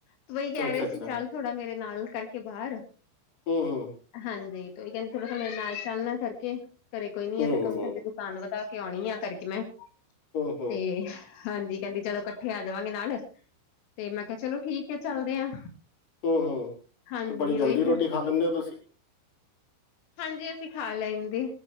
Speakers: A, on the left (about 80°); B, on the left (about 45°).
A: ਤੋ ਵਹੀ ਕੈ
B: ਅੱਛਾ
A: ਰਹੇ
B: ਅੱਛਾ
A: ਸੀ
B: ਹੂੰ
A: ਚੱਲ ਥੋੜਾ ਮੇਰੇ ਨਾਲ ਕਰਕੇ ਬਾਰ
B: ਹੂੰ-ਹੂੰ।
A: ਹਾਂਜੀ ਤੇ ਓਹੀ ਕੈਂਦੇ ਥੋੜਾ ਮੇਰੇ ਨਾਲ ਚਾਲ ਨਾਲ ਕਰਕੇ, ਘਰੇ ਕੋਈ ਨੀ
B: ਹੂੰ
A: ਤੇ ਕੰਮ
B: ਹੂੰ
A: ਠੰਦੇ ਦੁ ਤਾਨੂੰ ਪਤਾ ਕਿਓ ਨੀ ਲਯਾ ਕਰਕੇ ਮੈਂ,
B: ਹੂੰ
A: ਤੇ ਹਾਂਜੀ ਕੈਂਦੀ ਚਲੋ ਕੱਠੇ ਆ ਜਾਵਾਂਗੇ ਨਾਲ, ਤੇ ਮੈਂ ਕੈਆ ਚਲੋ ਠੀਕ ਐ ਚੱਲਦੇ ਆ।
B: ਹੂੰ-ਹੂੰ
A: ਹਾਂਜੀ
B: ਤੇ ਬੜੀ ਜਲਦੀ
A: ਉਹੀ ਫਿਰ
B: ਰੋਟੀ ਖਾ ਲੈਂਦੇ ਹੋ ਤੁਸੀਂ
A: ਹਾਂਜੀ ਅਸੀਂ ਖਾ ਲੈਂਦੀ,